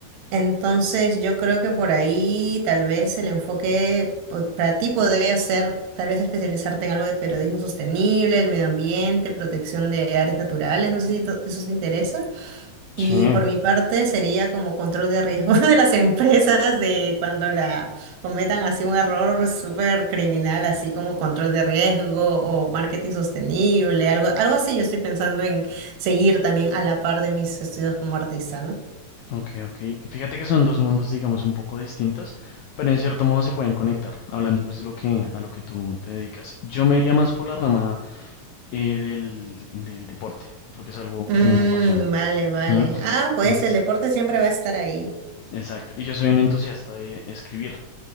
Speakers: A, on the right (about 90°); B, on the left (about 80°).
A: Entonces, yo creo que por ahí tal vez el enfoque po- para ti podría ser tal vez especializarte en algo de periodismo sostenible, el medio ambiente, protección de áreas naturales, no sé si to- eso te interesa.
B: sí,
A: Y por mi parte sería como control de riesgo <laughs> de las empresas de cuando la cometan así un error súper criminal, así como control de riesgo o marketing sostenible, algo, algo así yo estoy pensando en seguir también a la par de mis estudios como artista, ¿no?
B: Ok, ok. Fíjate que son dos mundos, digamos, un poco distintos, pero en cierto modo se pueden conectar, hablando pues de lo que, a lo que tú te dedicas. Yo me iría más por la rama eh, del, del deporte, porque es algo
A: Mm,
B: que a mí me apasiona.
A: vale, vale.
B: Ujú.
A: Ah, pues
B: Entonces,
A: el deporte siempre va a estar ahí.
B: exacto. Y yo soy un entusiasta de escribir.